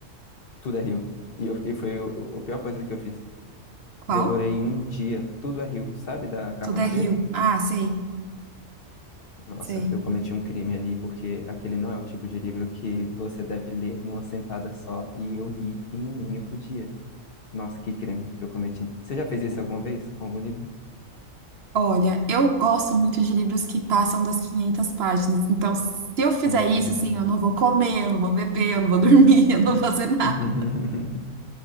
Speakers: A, on the left; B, on the right.
A: Tudo é rio. E, eu- e foi o- a pior coisa que eu fiz.
B: Qual?
A: Devorei em um dia Tudo é Rio, sabe, da Carla
B: Tudo
A: Madeira?
B: é Rio. Ah, sei,
A: Nossa,
B: sei.
A: eu cometi um crime ali porque aquele não é o tipo de livro que você deve ler numa sentada só e eu li em um único dia. Nossa, que crime que eu cometi. Você já fez isso alguma vez com algum livro?
B: Olha, eu gosto muito de livros que passam das 500 páginas. Então, se eu fizer
A: Hum.
B: isso, assim, eu não vou comer, eu não vou beber, eu não vou dormir, <laughs> eu não vou fazer nada.
A: <laughs>